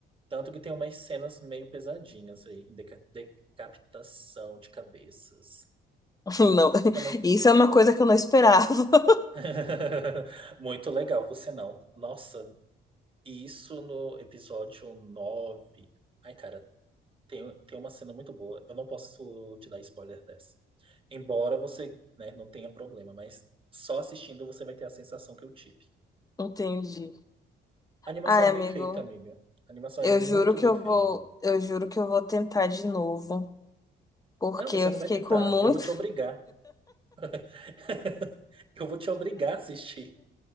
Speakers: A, on the right; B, on the left.
A: Tanto que tem umas cenas meio pesadinhas aí, deca- decapitação de cabeças.
B: <laughs> Não,
A: É muito...
B: isso é uma coisa que eu não esperava. <laughs>
A: <laughs> muito legal, por sinal. Nossa, isso no episódio nove Ai, cara, Tem, tem uma cena muito boa. Eu não posso te dar spoiler dessa. Embora você, né, não tenha problema, mas só assistindo você vai ter a sensação que eu tive.
B: Entendi.
A: A animação
B: Ai,
A: é bem
B: amigo.
A: feita, amiga. A animação
B: Eu
A: é muito
B: juro que
A: bem
B: eu
A: feita.
B: vou, eu juro que eu vou tentar de novo, porque
A: Não, você
B: eu
A: não
B: fiquei
A: vai tentar.
B: com muito,
A: Eu vou te obrigar. <laughs> Eu vou te obrigar a assistir.